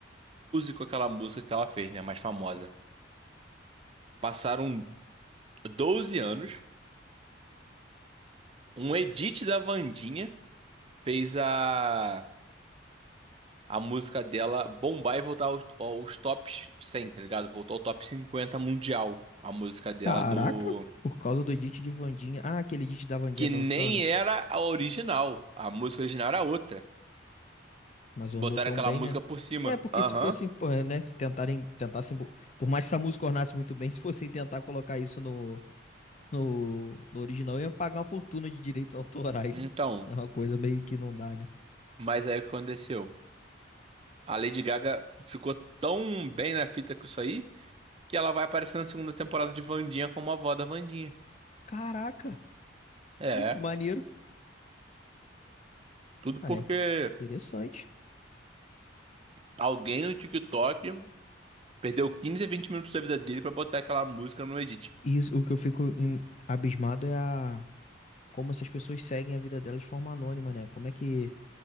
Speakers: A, on the right; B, on the left.
A: com aquela música que ela fez, né? Mais famosa. Passaram 12 anos, um edit da Wandinha fez a a música dela bombar e voltar aos, aos tops 100, tá ligado? Voltou ao top 50 mundial. A música dela
B: Caraca,
A: do.
B: por causa do edit de Wandinha. Ah, aquele edit da Wandinha
A: Que
B: dançando.
A: nem era a original. A música original era outra.
B: Mas
A: Botaram
B: ornou tão
A: aquela
B: bem,
A: música
B: né?
A: por cima.
B: É, porque
A: Aham.
B: se fossem, pô, é, né, se tentarem, tentassem, bo- por mais que essa música ornasse muito bem, <laughs> se fossem tentar colocar isso no, no, no original, iam pagar uma fortuna de direitos autorais,
A: Então,
B: né? É uma coisa meio que não dá, né?
A: mas aí o que aconteceu? A Lady Gaga ficou tão bem na fita com isso aí que ela vai aparecer na segunda temporada de Wandinha como a avó da Wandinha.
B: Caraca,
A: É,
B: <laughs> que maneiro.
A: tudo
B: Ah,
A: porque
B: é, interessante.
A: alguém no TikTok perdeu 15, 20 minutos da vida dele pra botar aquela música no edit.
B: E isso, o que eu fico em- abismado é a como essas pessoas seguem a vida delas de forma anônima, né? Como é que